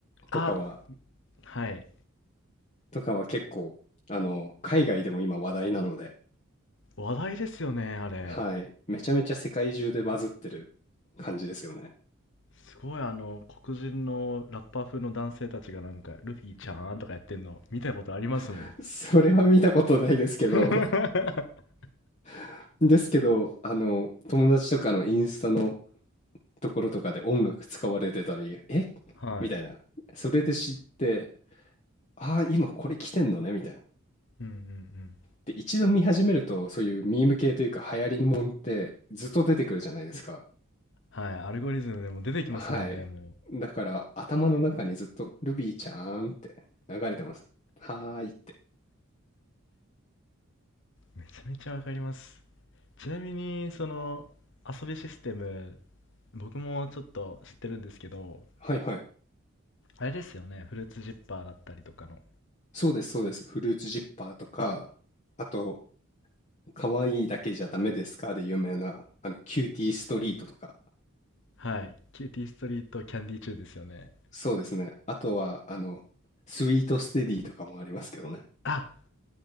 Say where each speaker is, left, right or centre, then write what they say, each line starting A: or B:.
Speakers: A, on the left; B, on the left.
A: とかは、
B: あ、はい。
A: とかは結構、あの、海外でも今話題なので、
B: 話題ですよね、あれ。
A: はい、めちゃめちゃ世界中でバズってる感じですよね。
B: すごいあの、黒人のラッパー風の男性たちがなんか、ルフィちゃんとかやってんの、見たことありますもん。
A: <laughs> それは見たことないですけど
B: <laughs>
A: <laughs> ですけど、あの、友達とかのインスタのところとかで音楽使われてたり、え
B: はい。
A: みたいな。それで知って、ああ、今これ来てんのね、みたいな。
B: うんうんうん。
A: で、一度見始めると、そういうミーム系というか、流行りもんってずっと出てくるじゃないですか。
B: はい。アルゴリズムでも出てきますもんね、
A: はい。
B: も
A: だから、頭の中にずっと、ルビーちゃーんって流れてます。はーいって。
B: う。めちゃめちゃわかります。ちなみに、その、遊びシステム、僕もちょっと知ってるんですけど、
A: はいはい。
B: あれですよね、フルーツジッパーだったりとかの。
A: そうです、そうです。フルーツジッパーとか、あと、可愛いだけじゃダメですかで有名な、あの、キューティーストリートとか。
B: はいはい、キューティーストリートキャンディーチューンですよね。
A: そうですね。あとは、あの、スイートステディとかもありますけどね。
B: あ、